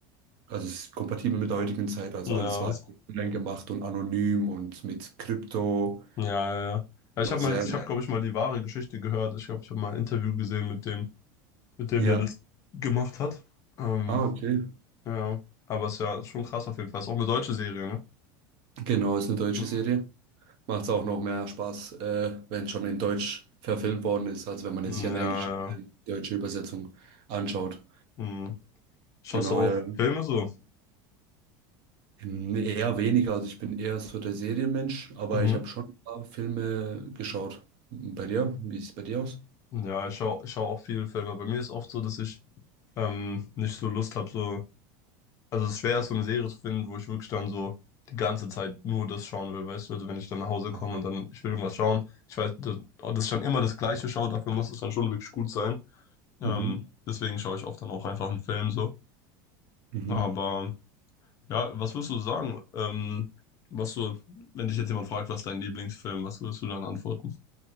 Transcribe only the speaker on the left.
ja,
ja, ja, ja. Ja,
ich habe
mal, ich habe, glaube ich, mal die wahre Geschichte gehört. Ich glaube, ich habe mal ein Interview gesehen mit dem, mit dem,
der das gemacht hat. Ähm,
ja, aber es ist ja schon krass auf jeden Fall. Ist auch eine deutsche Serie, ne?
Mhm.
Ja,
ja.
Mhm. Schaust
du auch
Filme so?
Mhm.
Ja, ich schaue ich schau auch viele Filme. Bei mir ist oft so, dass ich ähm, nicht so Lust habe, so. Also es ist schwer, so eine Serie zu finden, wo ich wirklich dann so die ganze Zeit nur das schauen will, weißt du? Also wenn ich dann nach Hause
komme und dann, ich will irgendwas schauen, ich weiß, dass, dass ich dann immer das Gleiche schaue, dafür muss es dann schon wirklich gut sein. Ähm,
deswegen schaue ich oft dann auch einfach einen Film so.
Aber ja, was würdest du sagen? Ähm, was du, wenn dich jetzt jemand fragt, was ist dein Lieblingsfilm, was würdest du dann antworten?